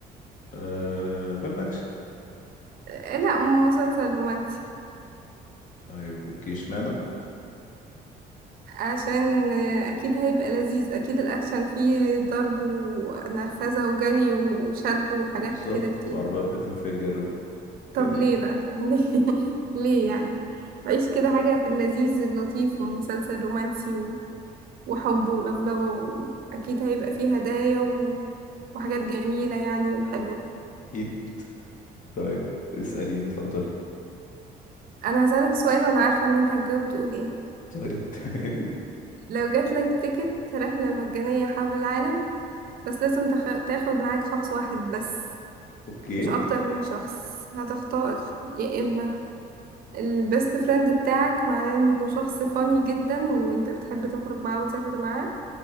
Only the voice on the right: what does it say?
آه، لا م- مسلسل رومانسي
عشان آه، أكيد هيبقى لذيذ أكيد الأكشن فيه ضرب ونرفزة وجري وشد وحاجات
كده كتير
طب ليه
بقى <laughs> ليه ليه يعني عيش كده حاجة في اللذيذ اللطيف ومسلسل رومانسي و... وحب ولفلفة وأكيد هيبقى فيه هدايا و... وحاجات جميلة يعني وحلوة
أنا هسألك سؤال وأنا عارفة إن أنت هتجاوب تقول إيه
لو جاتلك تيكت رحلة مجانية حول العالم بس لازم تخ... تاخد معاك شخص واحد بس
مش أكتر من شخص هتختار يا إما البيست فريند بتاعك معناه انه شخص فاني جدا وانت بتحب تخرج معاه وتسافر معاه